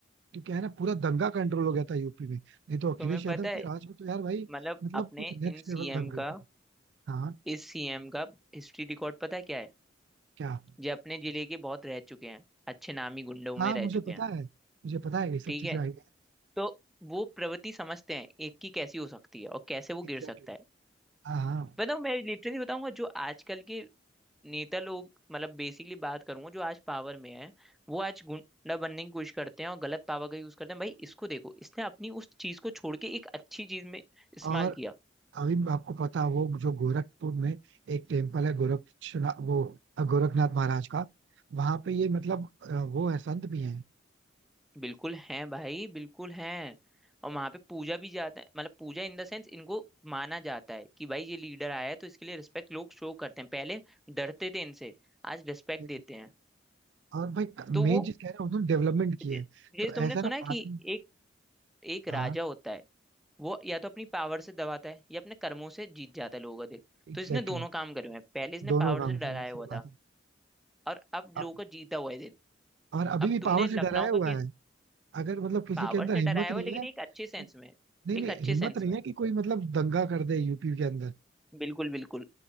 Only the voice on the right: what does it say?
तो क्या है ना पूरा दंगा कंट्रोल हो गया था यूपी में नहीं तो अखिलेश
यादव
के राज में तो यार भाई
मतलब
कुछ
नेक्स्ट लेवल
दंगे
थी हाँ
क्या
हाँ
मुझे
पता
है मुझे पता है ये सब
चीजें
आई हैं
एग्जैक्टली
हाँ हाँ
और
अभी आपको पता है, वो जो गोरखपुर में एक टेम्पल है गोरक्षनाथ वो गोरखनाथ महाराज का वहां पे ये मतलब अ, वो है संत भी हैं
Exactly.
और भाई
मेन
चीज कह रहे हैं उन्होंने डेवलपमेंट की है
तो
ऐसा
ना
बाकी
हाँ
एग्जैक्टली
दोनों
गांव
की वैसी
बात
है
अ-
और अभी
भी
पावर से डराया
हुआ
है अगर मतलब किसी
के अंदर
हिम्मत
नहीं
है
कि
नहीं
नहीं
हिम्मत
नहीं
है कि कोई मतलब दंगा कर दे यूपी के अंदर